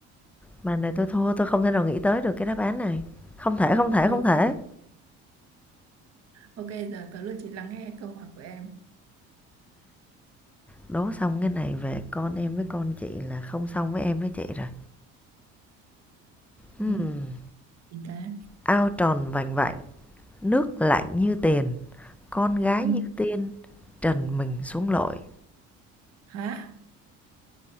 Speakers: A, in the centre; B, on the right.
A: Mà này tôi thua, tôi không thể nào nghĩ tới được cái đáp án này. Không thể, không thể,
B: ok
A: không thể.
B: ok giờ tới lượt chị lắng nghe câu hỏi của em
A: Đố xong cái này về con em với con chị là không xong với em với chị rồi. Hmm.
B: ừ, chị ta
A: Ao tròn vành vạnh, nước lạnh như tiền, con gái
B: ừ.
A: như tiên, trần mình xuống lội.
B: hả